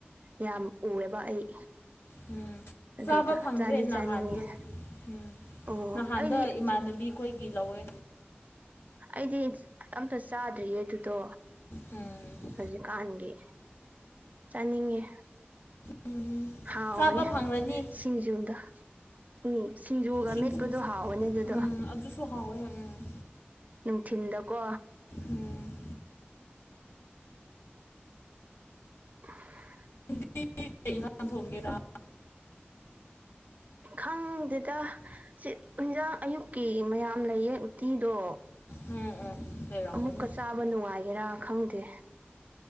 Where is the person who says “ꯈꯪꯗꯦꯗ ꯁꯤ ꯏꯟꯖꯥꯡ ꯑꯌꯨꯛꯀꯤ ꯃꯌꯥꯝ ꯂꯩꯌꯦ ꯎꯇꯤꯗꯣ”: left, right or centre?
Right